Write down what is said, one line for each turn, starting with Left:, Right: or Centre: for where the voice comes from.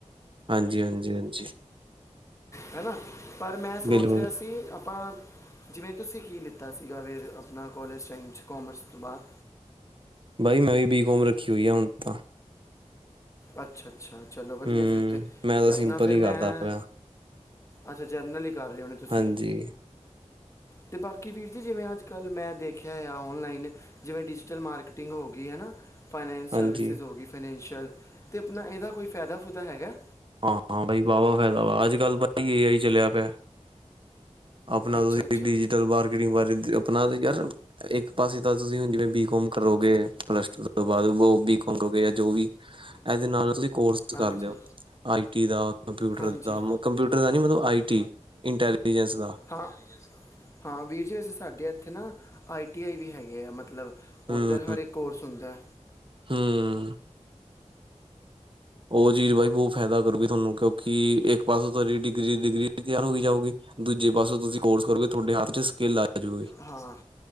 Right: ਹਾਂਜੀ ਹਾਂਜੀ ਹਾਂਜੀ
Left: ਹੈ ਨਾ, ਪਰ ਮੈਂ ਸੋਚ
Right: ਬਿਲਕੁਲ
Left: ਰਿਹਾ ਸੀ ਆਪਾਂ ਜਿਵੇਂ ਤੁਸੀਂ ਕੀ ਲਿੱਤਾ ਸੀਗਾ ਵੀਰ ਆਪਣਾ ਕੋਲਜ ਟਾਈਮ 'ਚ ਕੋਮਰਸ ਤੋਂ ਬਾਅਦ
Right: ਬਾਈ ਮੈਂ ਵੀ ਬੀਕੌਮ ਰੱਖੀ ਹੋਈ ਆ ਹੁਣ ਤਾਂ
Left: ਅੱਛਾ ਅੱਛਾ ਚਲੋ ਵਧੀਆ
Right: ਹਮ
Left: ਫਿਰ ਤੇ,
Right: ਮੈਂ ਤਾਂ
Left: ਤੇ ਆਪਣਾ
Right: ਸਿੰਪਲ
Left: ਫਿਰ
Right: ਹੀ ਕਰਦਾ
Left: ਮੈਂ
Right: ਪਿਆ
Left: ਅੱਛਾ ਜਰਨਲ ਹੀ ਕਰ ਰਹੇ ਹੋਣੇ ਤੁਸੀਂ
Right: ਹਾਂਜੀ
Left: ਅਤੇ ਬਾਕੀ ਵੀਰ ਜੀ ਜਿਵੇਂ ਅੱਜ ਕੱਲ੍ਹ ਮੈਂ ਦੇਖਿਆ ਆ ਔਨਲਾਈਨ ਜਿਵੇਂ ਡਿਜੀਟਲ ਮਾਰਕੀਟਿੰਗ ਹੋ ਗਈ ਹੈ ਨਾ ਫਾਈਨੈਂਸ
Right: ਹਾਂਜੀ
Left: ਸਰਵਿਸਿਜ਼ ਹੋ ਗਈ ਫਾਈਨੈਂਸ਼ੀਅਲ ਤੇ ਆਪਣਾ ਇਹਦਾ ਕੋਈ ਫਾਇਦਾ ਫੂਦਾ ਹੈਗਾ
Right: ਹਾਂ ਹਾਂ ਬਾਈ ਵਾਹ ਵਾਹ ਫਾਇਦਾ ਵਾ, ਅੱਜ ਕੱਲ ਤਾਂ ਏ ਹੀ ਚੱਲਿਆ ਪਿਆ ਆਪਣਾ
Left: ਅੱਛਾ
Right: ਤੁਸੀਂ
Left: ਅੱਛਾ
Right: ਡਿਜੀਟਲ ਮਾਰਕੀਟਿੰਗ ਬਾਰੇ ਆਪਣਾ ਯਾਰ ਇੱਕ ਪਾਸੇ ਤਾਂ ਤੁਸੀਂ ਹੁਣ ਜਿਵੇਂ ਬੀਕਮ ਕਰੋਗੇ, ਪਲੱਸ ਟੂ ਤੋਂ ਬਾਅਦ ਬੀਕਮ ਕਰੋਗੇ ਜਾਂ ਜੋ ਵੀ ਇਹਦੇ ਨਾਲ ਤੁਸੀ ਕੋਰਸ
Left: ਹਾਂਜੀ
Right: ਕਰ ਲਿਓ ਆਈ ਟੀ ਦਾ ਕੰਪਿਊਟਰ
Left: ਹਾਂਜੀ
Right: ਦਾ ਕੰਪਿਊਟਰ ਦਾ ਨੀ, ਮਤਲਬ ਆਈ ਟੀ ਇੰਟੈਲੀਜੈਂਸ ਦਾ
Left: ਹਾਂ ਹਾਂ ਵੀਰ ਜੀ ਵੈਸੇ ਸਾਡੇ ਇੱਥੇ ਨਾ ਆਈ ਟੀ ਆਈ ਵੀ ਹੈਗੇ ਆ ਮਤਲਬ
Right: ਹੂੰ
Left: ਉੱਧਰ ਹਰ ਇੱਕ ਕੋਰਸ ਹੁੰਦਾ
Right: ਹੂੰ ਉਹ ਚੀਜ਼ ਬਾਈ ਬਹੁਤ ਫਾਇਦਾ ਕਰੂਗੀ ਤੁਹਾਨੂੰ, ਕਿਉਂਕਿ ਇੱਕ ਪਾਸੇ ਤੁਹਾਡੀ ਡਿਗਰੀ ਡਿਗਰੀ ਤਿਆਰ ਹੋਈ ਜਾਊਗੀ ਦੂਜੇ ਪਾਸੇ ਤੁਸੀਂ ਕੋਰਸ ਕਰੋਗੇ ਤੁਹਾਡੇ ਹੱਥ ਚ ਸਕਿੱਲ ਆ ਜੁਗੀ
Left: ਹਾਂ